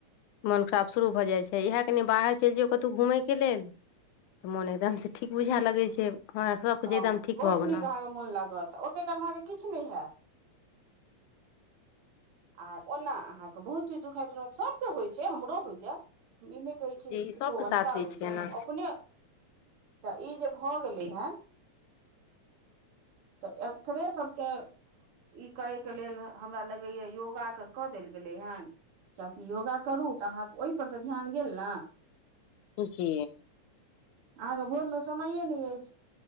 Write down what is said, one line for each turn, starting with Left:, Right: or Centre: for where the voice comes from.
Left: मोन खराब शुरू भऽ जाइ छै इएह कनि बाहर चलि जौ कतहु घूमयके लेल तऽ मोन एकदमसँ ठीक बुझा लगै छै हँ सभकिछु
Right: हँ
Left: एकदम ठीक
Right: बहुत
Left: भऽ गेलहुँ
Right: नीक अहाँके मोन लागत ओते काल अहाँके किछु नहि हैत आर ओना अहाँके बहुत चीज दुखाइत रहत सभ के होइ छै हमरो होइया हम ई नहि कहै छै
Left: जी सभके
Right: ककरो
Left: साथ
Right: अनका होइ छै
Left: एना
Right: हम अपने तऽ ई जे भऽ गेलै हन तऽ एकरे सभके ई करयके लेल हमरा लगैया योगाके कऽ देल गेलै हन चाची योगा करू तऽ अहाँके ओहिपर तऽ ध्यान गेल ने
Left: जी
Right: अहाँके भोरमे समयए नहि अछि